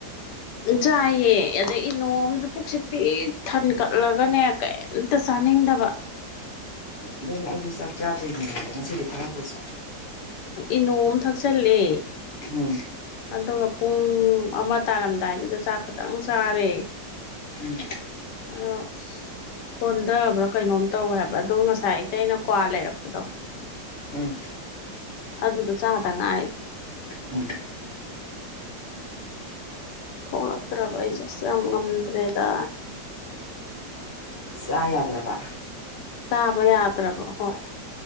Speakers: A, on the left; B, on the left.
A: ꯆꯥꯏꯌꯦ ꯑꯗꯩ ꯏꯅꯣꯝꯁꯨ ꯄꯛꯁꯦ ꯄꯤꯛ ꯊꯟ ꯀꯠꯂꯒꯅꯦ ꯀꯩꯝꯇ ꯆꯥꯅꯤꯡ ꯀꯗꯕ
B: ꯑꯗꯨꯝ ꯑꯩꯁꯨ ꯆꯥꯛ ꯆꯥꯗꯣꯏꯅꯤ ꯈꯗ ꯉꯁꯤꯗꯤ ꯈꯔꯕꯨꯖꯥ
A: ꯏꯅꯣ ꯑꯃ ꯊꯛꯆꯜꯂ
B: ꯎꯝ
A: ꯑꯗꯨꯒ ꯄꯨꯡ ꯄꯨꯡ ꯑꯃ ꯇꯥꯔꯝꯗꯥꯏꯗꯨꯗ ꯆꯥꯛ ꯈꯇꯪ ꯆꯥꯔꯦ
B: ꯎꯝ
A: ꯑꯗꯣ ꯁꯣꯟꯊꯕ꯭ꯔꯣ ꯀꯩꯅꯣꯝ ꯇꯧꯋꯦ ꯍꯥꯏꯕ ꯑꯗꯣ ꯉꯁꯥꯏ ꯑꯇꯩ ꯑꯩꯅ ꯀ꯭ꯋꯥ ꯂꯩꯔꯛꯄꯗꯣ
B: ꯎꯝ
A: ꯑꯗꯨꯗ ꯆꯥꯍ ꯇ ꯉ
B: ꯎꯝ
A: ꯊꯣꯛꯂꯛꯇ꯭ꯔꯕ ꯑꯩꯁꯦ ꯑꯁꯨ ꯌꯥꯝ ꯉꯝꯗ꯭ꯔꯦꯗ
B: ꯁꯗ꯭ꯔꯕ
A: ꯆꯥꯕ ꯌꯥꯗ꯭ꯔꯕ ꯍꯣꯏ